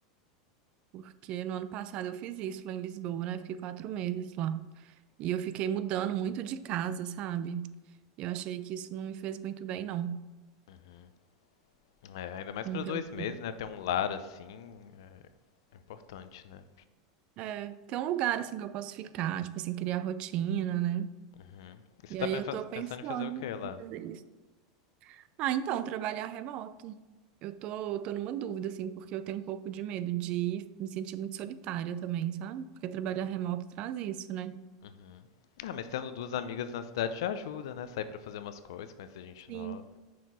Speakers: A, on the right; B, on the left.
A: Porque no ano passado eu fiz isso lá em Lisboa, né? Fiquei quatro meses lá. E eu fiquei mudando muito de casa, sabe? Eu achei que isso não me fez muito bem, não.
B: Uhum. É, ainda mais
A: Não
B: pra
A: ter,
B: dois
A: um-
B: meses, né? Ter um lar assim é, é importante, né?
A: é, ter um lugar assim que eu posso ficar, tipo assim, criar rotina, né?
B: Uhum. E você
A: E
B: tá
A: aí
B: pen-
A: eu
B: fa-
A: tô
B: pensando
A: pensando
B: em fazer o que lá?
A: em fazer isso. Ah, então, trabalhar remoto. Eu tô, tô numa dúvida, assim, porque eu tenho um pouco de medo de ir, me sentir muito solitária também, sabe? Porque trabalhar remoto traz isso, né?
B: Uhum. Ah, mas tendo duas amigas na cidade já ajuda, né? Sair pra fazer umas coisas, conhecer gente
A: Sim.
B: nova.